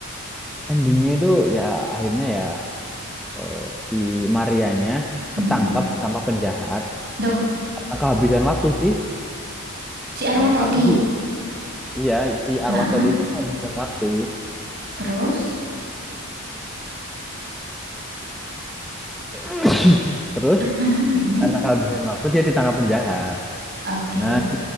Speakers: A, in the centre; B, on the right.
A: endingnya itu ya akhirnya ya eh, si Marianya
B: Mm-mm.
A: ketangkap sama penjahat
B: Duh,
A: karena kehabisan waktu sih.
B: si arwah
A: Eh,
B: tadi.
A: karena sih iya si
B: Ah,
A: arwah tadi itu kehabisan waktu.
B: terus?
A: <coughs> Terus
B: <laughs> Mm-mm.
A: karena kehabisan waktu dia ditangkap penjahat.
B: Oke.
A: Nah,